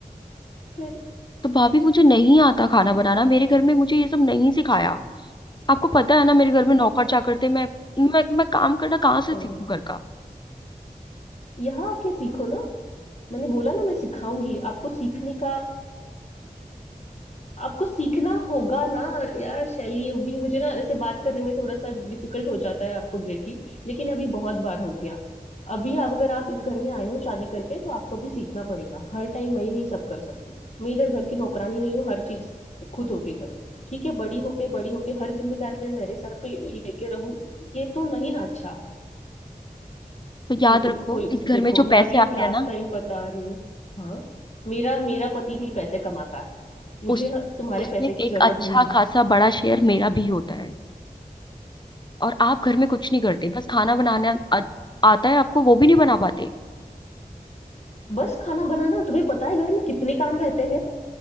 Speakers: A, on the left; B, on the left.
A: फिर
B: तो भाभी मुझे नहीं आता खाना बनाना मेरे घर में मुझे ये सब नहीं सिखाया आपको पता है ना मेरे घर
A: तो
B: में नौकर
A: फिर
B: चाकर थे मैं मैं मैं काम करना कहाँ से
A: ओ,
B: सीखूं घर का
A: यहाँ आके सीखो ना मैंने बोला ना मैं सिखाऊंगी आपको सीखने का आपको सीखना होगा ना यार शैली अभी मुझे ना ऐसे बात करने में थोड़ा सा डिफिकल्ट हो जाता है आपको डायरेक्टली लेकिन अभी बहुत बार हो गया अभी अब अगर आप इस घर में आए हो शादी करके तो आपको अभी सीखना पड़ेगा हर टाइम मैं ही नहीं सब कर सकती मैं इधर घर की नौकरानी नहीं हूँ हर चीज खुद होके करो ठीक है बड़ी होके बड़ी होके हर जिम्मेदारी मैं मेरे सर पे लेके रहूं ये तो नहीं ना अच्छा
B: तो याद
A: मुझे
B: रखो
A: कोई
B: इस घर
A: देखो
B: में जो
A: मैं
B: पैसे
A: अभी
B: आते
A: लास्ट
B: हैं ना
A: टाइम बता रही हूँ हाँ मेरा मेरा पति भी पैसे कमाता है मुझे
B: उस
A: तुम्हारे
B: उसमें
A: पैसे की
B: एक
A: जरूरत
B: अच्छा
A: नहीं है
B: खासा बड़ा शेयर मेरा भी होता है और आप घर में कुछ नहीं करते बस खाना बनाना आ, आता है आपको वो भी नहीं बना पाते
A: बस खाना बनाना तुम्हें पता है घर में कितने काम रहते हैं